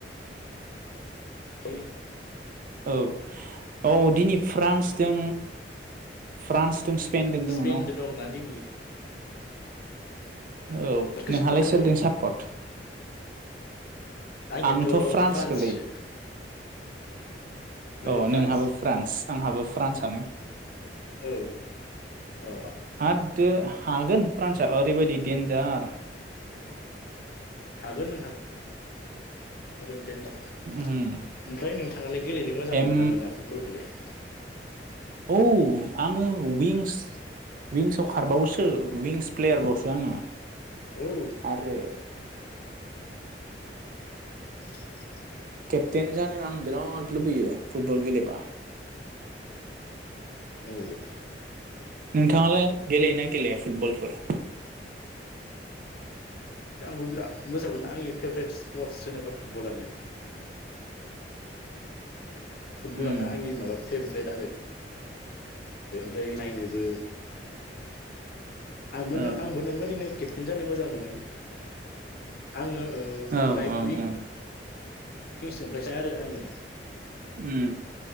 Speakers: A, on the left (about 60°); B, on the right (about 50°).
A: ह
B: औ औ दिनै फ्रान्सजों फ्रान्स जों स्पेनदों दङ
A: स्पेनजों
B: न'
A: दंना दिनै
B: औ
A: सोरखौ
B: नोंहालाय
A: सापर्ट खालामदो
B: सोरजों सापर्ट
A: आंनियाथ'
B: आंथ'
A: फ्रान्स
B: गोलै
A: सो नोंबो
B: अ
A: फ्रान्स
B: नोंहाबो फ्रान्स आंहाबो फ्रान्सआनो
A: औ अह
B: होद हागोन फ्रान्सआ ओरैबायदि देन्जार
A: हागोन नोंथां। ओमफ्राय
B: उम
A: नोंथाङालाय गेलेनो मोजां
B: एम
A: मोनो ना मोना फुटबलखौलाय
B: औ आङो विंस विंसाव खारबावोसो विंस प्लेयारबावसो आङो
A: औ।
B: आरो
A: <unintelligible>
B: केप्टेन जानो आं बिराद लुबैयो फुटबल गेलेबा
A: औ
B: नोंथाङालाय गेलेयोना गेलेया फुटबलफोर
A: आंबो बिराद मोजां मोनो आंनि फेभरेट स्पर्टस होनोबा फुटबलानो फुटबलानो
B: उम
A: आंनि माबा फेभरेट आरो ओमफ्राय नायनोबो आंबो नों
B: ओ
A: आंबो नोंबायदिनो केप्टेन जानो मोजां मोनो आङो ओ
B: औ
A: राइद
B: औ
A: उइक
B: औ
A: निस ओमफ्रायसो आरो आङो
B: उम